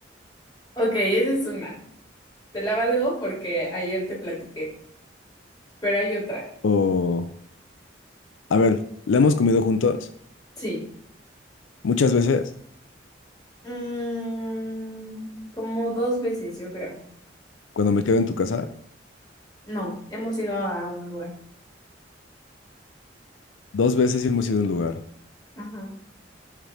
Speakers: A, on the left; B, on the left.
A: Ok, esa es una. Te la valgo porque ayer te platiqué, pero hay otra.
B: o, a ver, la hemos comido juntos
A: Sí.
B: muchas veces,
A: Mm, como dos veces, yo creo.
B: cuando me quedo en tu casa,
A: No, hemos ido a un lugar.
B: dos veces sí hemos ido a un lugar.
A: Ajá.